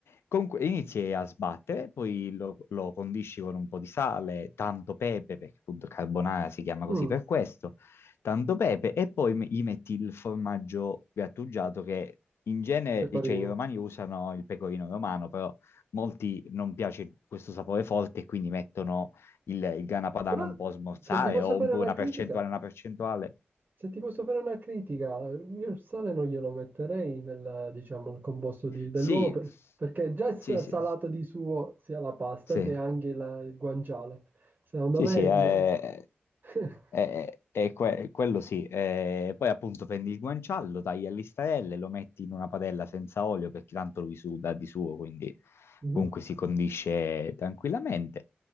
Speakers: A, on the left (about 80°); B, on the right (about 40°).
A: Comunque inizi a sbattere, poi lo, lo condisci con un po' di sale, tanto pepe, perché appunto carbonara si chiama così
B: Mm,
A: per questo, tanto pepe, e poi me- gli metti il formaggio grattugiato che in genere,
B: pecorino.
A: cioè i romani usano il pecorino romano, però molti non piace questo sapore forte e quindi mettono il, il grana padano
B: Però
A: un po' a smorzare
B: se ti posso
A: o
B: fare
A: un po'
B: una
A: una
B: critica,
A: percentuale, una percentuale.
B: se ti posso fare una critica, io il sale non glielo metterei nel, diciamo, nel composto di- dell'uovo,
A: Sì,
B: per- perché già è sa-
A: sì, sì,
B: salato di suo sia la pasta
A: sì.
B: che anche la- il guanciale. Secondo
A: Sì,
B: me...
A: sì, è,
B: va- <laughs>
A: è- è que- quello sì. Eh, poi appunto prendi il guanciale, tagli a listarelle, lo metti in una padella senza olio perché tanto lui suda di suo, quindi
B: Mhm.
A: comunque si condisce tranquillamente.